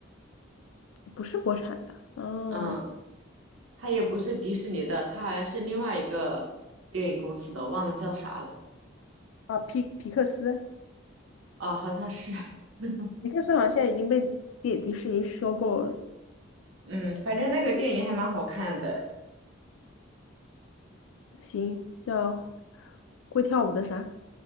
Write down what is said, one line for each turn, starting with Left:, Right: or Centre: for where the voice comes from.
Left: 不是国产的，哦，
Right: 嗯，它也不是迪士尼的，它好像是另外一个电影公司的，忘了叫啥了。
Left: 啊，皮皮克斯，
Right: 啊，好像是。<laughs>
Left: 皮克斯好像现在已经被迪迪士尼收购了，
Right: 嗯，反正那个电影还蛮好看的，
Left: 行，叫会跳舞的啥？